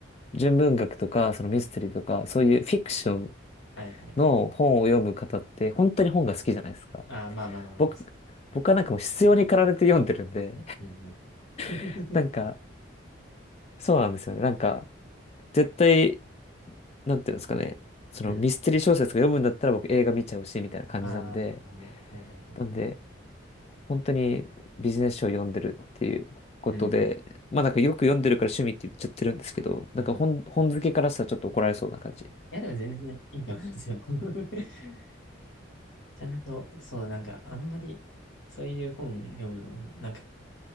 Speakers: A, on the left; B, on the left.
A: 純文学とか、そのミステリーとか、そういうフィクション
B: はいはいはい。
A: の本を読む方って本当に本が好きじゃないですか。
B: ああ、まあまあまあまあ、
A: 僕、
B: そ
A: 僕はなんかもう必要に駆られて読んでるんで
B: う。うんうん。<laughs>
A: <laughs> なんか、そうなんですよね。なんか、絶対、なんていうんですかね。そのミステリー小説が読むんだったら僕映画見ちゃうし、
B: うん。
A: みたいな感じなんで。
B: ああ、なるほど。はいはいはい。
A: なんで、本当にビジネス書を読んでるっていうことで、
B: うん。
A: まあなんかよく読んでるから趣味って言っちゃってるんですけど、
B: はいはい。
A: なんか本、
B: い
A: 本好きからしたらちょっと怒られそうな感じ。
B: や、でも全然いいと思うんですよ。<laughs> ちゃんと、そう、なんか、あんまり、そういう本読むの、なんか、